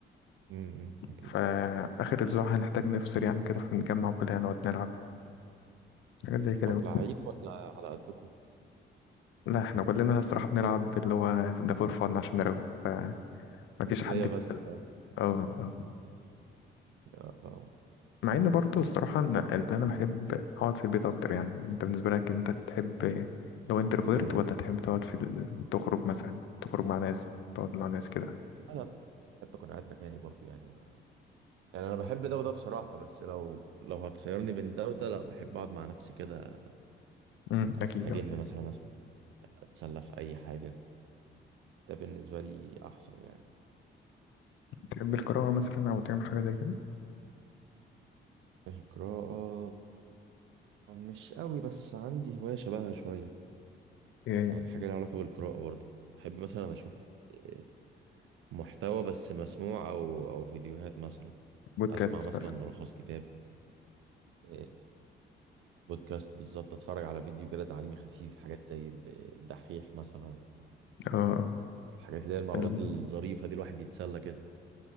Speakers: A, on the right; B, on the left.
A: امم أمم، اكيد
B: فاخر اسبوع هنحتاج نفصل يعني كده فنتجمع وكلنا نقعد نلعب حاجات زي كده
A: طب لعيب ولا على قدكم
B: لا احنا كلنا الصراحه بنلعب اللي هو ده فور فن عشان نروق فمفيش
A: تسلية
B: حد
A: بس يعني
B: اه آه.
A: آه، فاهم
B: مع ان برضه
A: بتحب
B: الصراحه
A: التسلية
B: ان إن انا بحب اقعد في البيت اكتر يعني انت بالنسبه لك انت تحب لو انتروفيرت
A: أكتر من
B: ولا تحب تقعد في ال... تخرج مثلا تخرج مع ناس تقعد مع ناس كده
A: لا أنا بحب أكون قاعد مكاني برضو يعني يعني أنا بحب ده وده بصراحة بس لو لو هتخيرني بين ده وده لا بحب أقعد مع نفسي كده
B: امم اكيد
A: أستجم
B: آه.
A: مثلا أس- أتسلى في أي حاجة ده بالنسبة لي أحسن يعني
B: تحب القراءه مثلا او تعمل حاجه زي كده
A: القراءة مش قوي بس عندي هواية شبهها شوية
B: إيه،
A: يعني حاجة لها علاقة بالقراءة برضو بحب مثلا أشوف آه، محتوى بس مسموع أو أو فيديوهات مثلا
B: بودكاست
A: أسمع مثلا
B: مثلا
A: ملخص كتاب آه، بودكاست بالظبط اتفرج على فيديو كده تعليمي خفيف حاجات زي ال- الدحيح مثلا
B: اه
A: الحاجات اللي هي المعلومات
B: ال-
A: الظريفه دي الواحد يتسلى كده